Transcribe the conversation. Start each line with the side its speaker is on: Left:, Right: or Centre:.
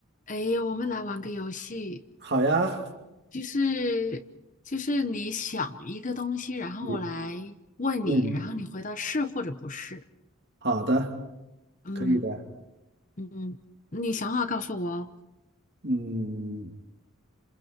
Left: 哎，我们来玩个游戏，
Right: 好呀，
Left: 就是就是你想一个东西，然后我来问你，
Right: 你那你
Left: 然后你回答是或者不是。
Right: 好的，
Left: 嗯
Right: 可以的。
Left: 嗯，你想好告诉我哦。
Right: 嗯，